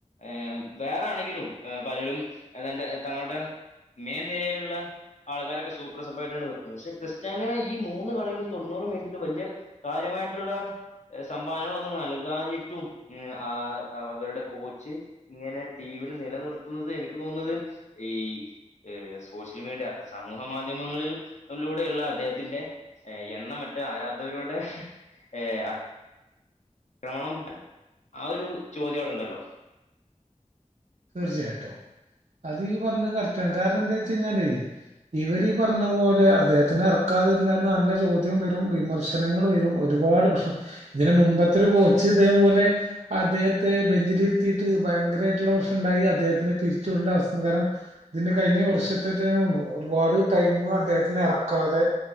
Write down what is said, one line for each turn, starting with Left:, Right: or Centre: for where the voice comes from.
Left: ഏഹ് വേറാണെങ്കിലും ഏഹ് പലരും എനന്തെ തങ്ങടെ മേ നിരയിലുള്ള ആൾക്കാരൊക്കെ സൂപ്രസഭായിട്ടാണ് വെക്കുന്നത്, പക്ഷ ക്രിസ്ത്യാനോ ഈ മൂന്ന് കളീലും തൊണ്ണൂറ് മിനിറ്റിലും വല്ലിയേ കാര്യമായിട്ടുള്ള ഏഹ് സംഭവനകളൊന്നും നൽകാഞ്ഞിട്ടും, മ്മ് ആഹ് അവരുടെ കോച്ച് ഇങ്ങനെ ടീമില് നിലനിർത്തുന്നത് എനിക്ക് തോന്നുന്നത് ഈഹ് ഏഹ് സോഷ്യൽ മീഡിയ സമൂഹ മാധ്യമങ്ങളിൽ ലൂടെയുള്ള അദ്ദേഹത്തിന്റെ ഏഹ് എണ്ണമറ്റ ആരാധകരുടെ ഏഹ് മണം ആ ഒരു ചോദ്യം അവടെ ഉണ്ടല്ലോ.
Right: തീർച്ചയായിട്ടും, അതീ ഇയ് പറഞ്ഞത് കറക്റ്റാണ് കാരണം എന്തോയ്ച്ചയ് ഞ്ഞാലേയ് ഇവരീ പറഞ്ഞ പോലെ അദ്ദേഹത്തിന് ഇറക്കാതിരുന്നാല് നല്ല ചോദ്യോം വരും വിമർശ് ജനങ്ങളു വരും ഒരുപാട് പ്രശ്നം ഇതിനു മുമ്പത്തെ ഒരു കോച്ച് ഇതേപോലെ അദ്ദേഹത്തെ ബെഞ്ചിലിരുത്തിയിട്ട് ഭയങ്കരായിട്ടുള്ള പ്രശ് ണ്ടായി അദ്ദേഹത്തിനെ പിരിച്ചു വിടണ്ട അവസ്കാരം ഇതിന് കഴിഞ്ഞ വർഷത്തേറ്റരു ഒരുപാട് ടൈമു അദ്ദേഹത്തിനെ എറക്കാതെ